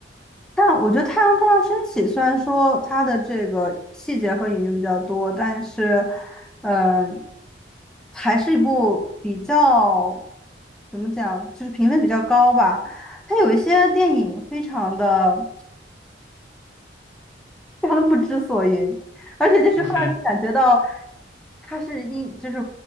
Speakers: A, in the centre; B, on the left (about 75°).
A: 但我觉得《太阳照常升起》虽然说它的这个细节和隐喻比较多，但是，嗯、还是一部比较怎么讲，就是评分比较高吧。它有一些电影非常的。非常的不知所云，而且就是会让人感觉到
B: <laughs> 嗯哼，
A: 他是一就是